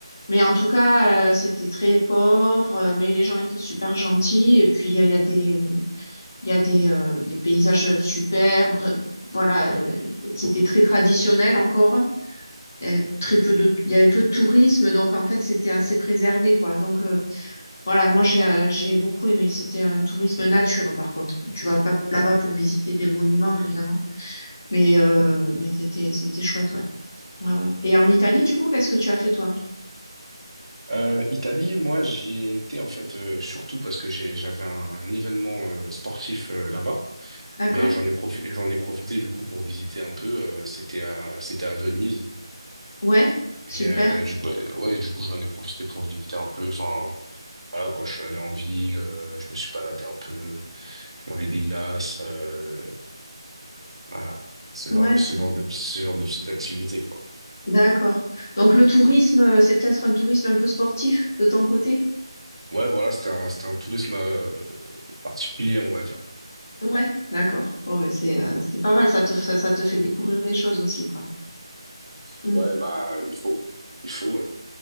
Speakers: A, on the left (about 30°); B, on the right (about 80°).
A: mais en tout cas, euh, c'était très pauvre. euh, mais les gens étaient super gentils. Et puis, euh, il y a des, il y a des, euh, des paysages super. vra- Voilà, euh, c'était très traditionnel encore. Il y avait très peu de, il y avait peu de tourisme, donc en fait c'était assez préservé quoi. Donc euh, voilà, moi j'ai euh, j'ai beaucoup aimé. C'était un tourisme nature par contre. Tu vas pas là-bas pour visiter des monuments évidemment, mais euh, mais c'était c'était chouette ouais. Ouais ouais. Et en Italie du coup, qu'est-ce que tu as fait toi?
B: Euh, Italie, moi, j'y ai été en fait euh, surtout parce que j'ai j'avais un événement euh, sportif euh, là-bas,
A: D'accord?
B: mais j'en ai profité j'en ai profité du coup pour visiter un peu. euh, c'était à c'était à Venise
A: Ouais, super.
B: et euh, du, bah, ouais, du coup j'en ai profité pour visiter un peu. Enfin voilà quoi, je suis allé en ville, euh, je me suis baladé un peu. manger des glaces, euh, voilà, ce
A: Ouais,
B: genre,
A: c'est-
B: ce genre de, petits- ce genre de petites activités, quoi.
A: d'accord. Donc le tourisme, euh, c'est peut-être un tourisme un peu sportif de ton côté?
B: Ouais, voilà, c'était un, c'était un tourisme euh, particulier, on va dire.
A: Ouais, d'accord. Bon, mais c'est euh, c'est pas mal, ça te, fait- ça, te fait découvrir des choses aussi, quoi. Mm.
B: Ouais, bah, il faut. Il faut, ouais.